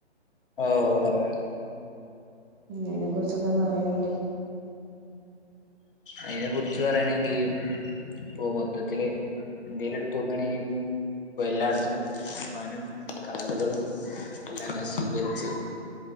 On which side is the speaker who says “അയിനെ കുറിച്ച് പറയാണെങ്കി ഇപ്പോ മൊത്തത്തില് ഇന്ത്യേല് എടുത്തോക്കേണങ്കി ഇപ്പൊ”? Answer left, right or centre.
Left